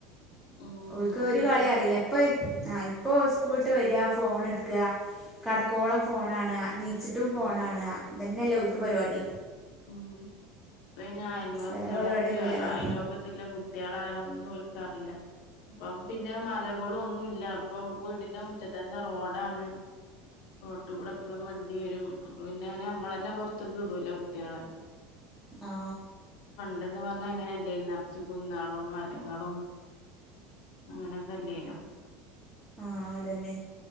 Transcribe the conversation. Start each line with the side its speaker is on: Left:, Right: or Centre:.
Left: ഉം
Centre: ഓൽക്ക് ഒരു
Left: ശരി
Centre: കളി അറിയില്ലപ്പൊ ഇപ്പ ആ ഇപ്പോ സ്കൂള്ട്ട് വരാ ഫോണെട്ക്കാ കടക്കോളം ഫോണാണ് നീച്ച് ച്ചിട്ടും ഫോണാണ
Left: ഉം
Centre: തന്നെയല്ലേ ഓര്ക്ക് പരിപാടി
Left: ഉം പിന്നെ അയൽവസിയാളേറ്റ്
Centre: വേറെ പരിപാടിയൊന്നുമില്ലല്ലോ
Left: അ അയ്ല് വക്കത്ത്ള്ള കുട്ട്യാളാലൊന്നും ഓര്ക്ക് <unintelligible> അറില്ല പ്പം പിന്നെ മലകളൊന്നും ഇല്ല ഇപ്പൊ വീടിന്റെ മുറ്റത്ത് തന്നെ റോഡാണ് കോട്ട് കൂടെ എപ്പളും വണ്ടി വരും അപ്പൊ പിന്നെ അങ്ങെ നമ്മ തന്നെ പുറത്തക്ക് ഇടൂല ട്ട്യാളെ
Centre: ആ
Left: ണ്ടന്ന് പറഞ്ഞ അങ്ങനെല്ലേ നിറച്ചു കുന്നാളും മരങ്ങളും അങ്ങനൊക്കെല്ലനൊ
Centre: ആ അതന്നെ